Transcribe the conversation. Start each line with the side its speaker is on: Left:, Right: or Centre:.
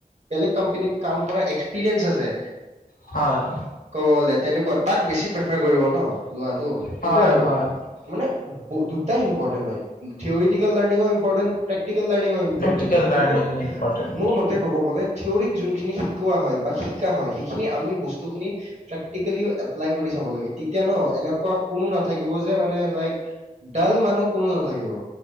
Right: বেলেগ কম্পেনীত কাম কৰা এক্সপিৰিয়েঞ্চ আছে
Left: হয়
Right: ক'ব গ'লে তেনেকুৱা তাক বেছি প্ৰেফাৰ কৰিব ন লোৱাটো সেইটোৱে
Left: হয়
Right: আৰু।
Left: হয়
Right: মান দুটাই ইম্পৰ্টেণ্ট হয় থিয়ৰিটিকেল লাৰ্নিংও ইম্পৰ্টেণ্ট প্ৰেক্টিকেল লাৰ্নিংও ইম্- ইম্পটেণ্ট
Left: প্ৰেক্টিকেল
Right: হয়
Left: লাৰ্ণিং
Right: কিন্তু
Left: ইম্পৰ্টেণ্ট
Right: মোৰ মতে- তে ক'ব গ'লে থিয়ৰিত যোনখিনি শিকোৱা হয় বা শিকা হয় সেইখিনি আমি বস্তু- বস্তু খিনি প্ৰেক্টিকেলি এপ্লাই কৰি চাব লাগে তেতিয়া ন এনেকুৱা কোনো নাথাকিব যে মানে লাইক ডাল মানুহ কোনো নাথাকিব।